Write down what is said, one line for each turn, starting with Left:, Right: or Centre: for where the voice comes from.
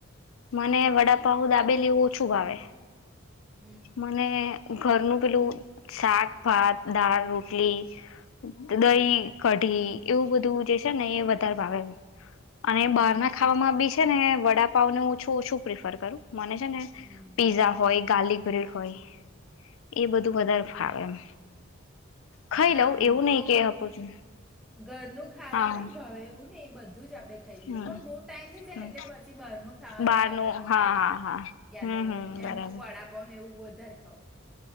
Left: મને વડાપ દાબેલી એવું ઓછું ભાવે
Centre: હમ
Left: મને
Centre: બરાબર
Left: ઘરનું પેલું શાકભાત દાળ રોટલી દહી કઢી એવું બધું જે છે ને એ વધારે ભાવે અને
Centre: હા
Left: બહાર ના ખાવામાં બી છે છે ને વડાપાવને હું છું શું પ્રિફર કરું મને છે ને
Centre: હમ
Left: પીઝ્ઝા
Centre: હમ હમ
Left: હોય ગાર્લિક બર હોય એ બધું વધારે ફાવે એમ ખાઈ
Centre: નામ
Left: લઉં એવું
Centre: તો
Left: નહી કે આપું છું
Centre: ઘરનું ખાવાનું
Left: હા
Centre: ભવે એવું ને એ બધું જ આપ આપે ખાઈ
Left: હમ
Centre: લઈએ પણ બહુ ટાઈમ થઈ જાય
Left: હમ
Centre: ને એટલે પછી બહાર ન ખાવાનો
Left: બારનું
Centre: ચટાકો
Left: હા
Centre: થાય
Left: હા હા
Centre: યાદ
Left: હમ
Centre: આવે
Left: હમ બરાબર
Centre: એમાં વડાપાવ ને એવું વધારે ખઉં